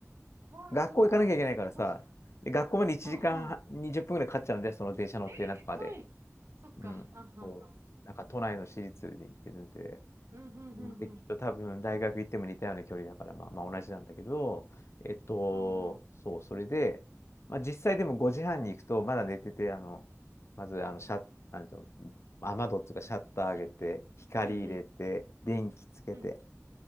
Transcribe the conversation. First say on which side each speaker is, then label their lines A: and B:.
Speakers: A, on the right (about 60°); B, on the left (about 60°).
A: わあ、
B: 学校行かなきゃいけないからさ、
A: すごい。それで50。
B: で、学校まで1時間20分ぐらいかかっちゃうんで、
A: はあ、はあ。
B: その電車乗ってなんとかで。
A: ええ遠い。そっか。
B: うん。
A: はあ、はあ、
B: こう、
A: はあ。
B: なんか都内の私立に行ってるんで、
A: うん、うん、
B: うんで、
A: うん、
B: きっと多分大学行っても似たような距離だから、
A: うん。
B: まあ、まあ同じなんだけど、えっと、
A: うん、うん。
B: そう、それで、まあ実際でも5時半に行くと、まだ寝てて、あの、まず、あの、
A: うん、
B: シャッ、
A: うん。
B: なんていうの雨戸っていうかシャッター上げて、光入れて、
A: うん、うん。
B: 電気つけて、
A: うん、